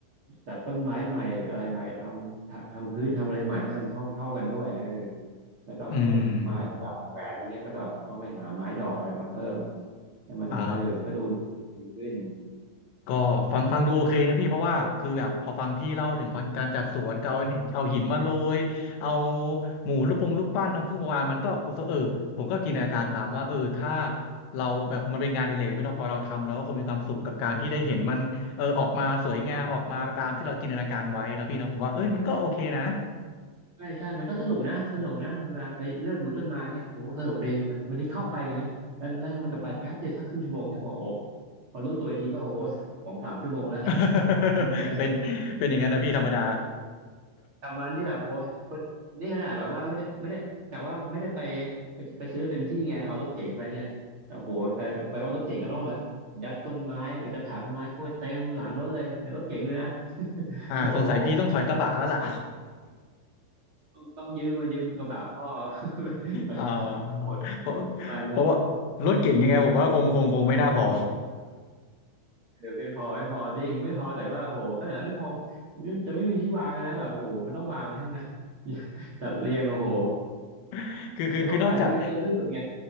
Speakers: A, on the right; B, on the left.
A: จัดต้นไม้ใหม่อะไรใหม่ทำทำทำพื้นทำอะไรใหม่ให้มันเข้าเข้ากันด้วยเออแล้วก็ต้นไม้ประดับแขวนเงี้ยก็แบบต้องไปหาไม้ดอกอะไรมาเพิ่ม
B: อืม
A: ให้มันเออมันก็ดูดีดีขึ้น
B: อ่า ก็ฟังฟังดูโอเคนะพี่เพราะว่าคือแบบพอฟังพี่เล่าถึงการจัดสวนก็เอาเนี่ยเอาหินมาโรยเอาหมูรูปปงรูปปั้นน้ำพุมาวางมันก็เออผมก็จินตนาการตามว่าเออถ้าเราแบบมันเป็นงานอดิเรกพี่เนาะพอเราทำแล้วก็คงมีความสุขกับการที่ได้เห็นมันเออออกมาสวยงามออกมาตามที่เราจินตนาการไว้นะพี่เนาะผมว่าเอ้ยมันก็โอเคนะ
A: ใช่ใช่มันก็สนุกนะสนุกนะเวลาไปเลือกดูต้นไม้เงี้ยโอ้สนุกดีมันมันที่เข้าไปนะแล้วแล้วเนี่ยมันจะไปแป๊บเดียวสักครึ่งชั่วโมงใช่ป่ะโอ้โหพอรู้ตัวอีกทีก็โอ้โหสองสามชั่วโมงแล้ว
B: <laughs>
A: ประมาณนั้น
B: เป็นเป็นอย่างนั้นนะพี่ธรรมดา
A: กลับมานี่แบบโว้ยนี่ขนาดแบบว่าไม่ได้ไม่ได้กะว่าไม่ได้ไปไปไปซื้อเต็มที่ไงเอารถเก๋งไปไงแต่โหแต่แปลว่ารถเก๋งก็ต้องมายัดต้นไม้ไปกระถางต้นไม้เข้าไปเต็มหลังรถเลยในรถเก๋งเลยนะ
B: อ่าสงสัยพี่ต้องถอยกระบะแล้วล่ะ
A: โอ้โหต้องต้องยืมมายืมกระบะพ่อ <laughs> ไปไป
B: อ่า
A: ขน
B: เพราะ
A: ประมาณนั้น
B: เพราะว่ารถเก่งยังไงผมว่าคงคงคงไม่น่าพอ
A: เออไม่พอไม่พอจริงไม่พอแต่ว่าโอ้โหขนาดไม่พอจะไม่มีที่วางนะแบบโอ้โหมันต้องวางไว้ข้างในา <laughs> จัดเรียงโอ้โห
B: <laughs> คือคือคือนอกจาก
A: เดี๋ยวพอแปะที่ก็ซื้อไม่หยุดไง